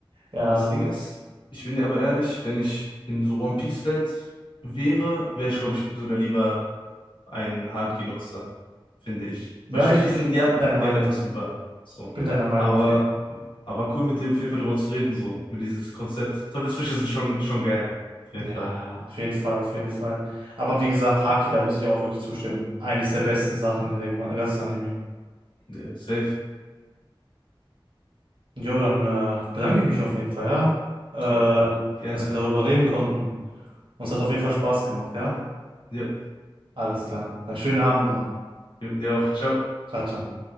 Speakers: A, on the right; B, on the left.
A: Ja,
B: Das Ding ist, ich bin dir aber ehrlich, wenn ich in so One Piece-Welt wäre, wäre ich, glaube ich, sogar lieber ein Haki-Nutzer, finde ich.
A: ja,
B: Weil ich finde
A: ich,
B: diesen,
A: ich
B: die haben,
A: bin deiner Meinung.
B: die haben etwas über. So.
A: Ich bin deiner Meinung
B: Aber
A: auf
B: war,
A: jeden Fall.
B: aber war cool, mit dir auf jeden Fall darüber zu reden, so, mit dieses Konzept. Teufelsfrüchte sind schon, schon geil. Auf jeden
A: Ja,
B: Fall.
A: auf jeden Fall, auf jeden Fall. Aber wie gesagt, Haki, da muss ich auch wirklich zustimmen. Eines der besten Sachen in der gema- ganzen Anime.
B: Ja, safe.
A: Jo, dann äh, bedanke ich mich auf jeden Fall, ja,
B: Jo,
A: äh,
B: gerne.
A: dass wir darüber reden konnten. Uns hat auf jeden Fall Spaß gemacht, ja?
B: Ja,
A: Alles klar. Dann schönen Abend noch.
B: jo, dir auch. Ciao.
A: Ciao, ciao.